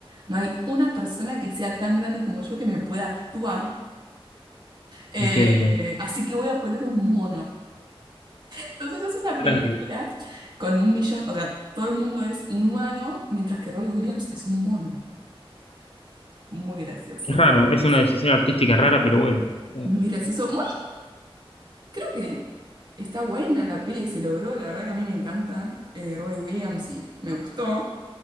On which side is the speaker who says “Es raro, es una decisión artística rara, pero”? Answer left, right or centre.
Left